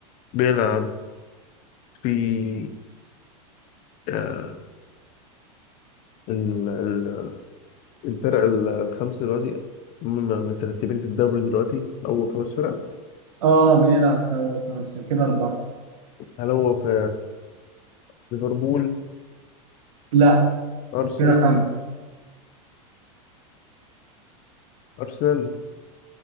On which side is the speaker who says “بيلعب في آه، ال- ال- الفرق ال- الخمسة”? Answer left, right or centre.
Left